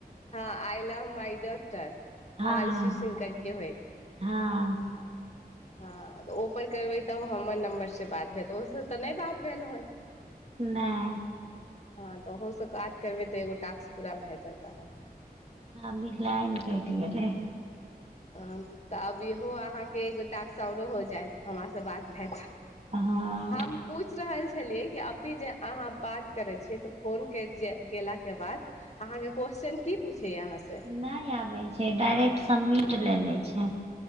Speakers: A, on the left; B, on the right.
A: हँ I love my daughter
B: हँ
A: Mansi सि करके होइत। <inaudible>
B: हँ।
A: हँ तऽ'ओपर करबै तब हमर नम्बरसँ बात भेल त ओसँ तऽ'नहि बात भेल रहल।
B: नैय
A: हँ तऽ ओहोसँ काज करबै तऽ एगो टास्क पूरा भए जाता हन।
B: अभी लाइन केइट गेलै।
A: तऽ अब इहो अहाँके एगो टाकसओरो हो जायत हमरासँ बात हत।
B: हँ
A: हम पूछ रहल छी। प छलियै कि अभी जे अहाँ बात करै छियै तऽ फोन कैट जाइ कैट गेलाके बाद अहाँ के क्वेस्चन की पूछय य अहाँ से?
B: नहि आबै छै डाइरेक्ट सबमिट लए लै छै।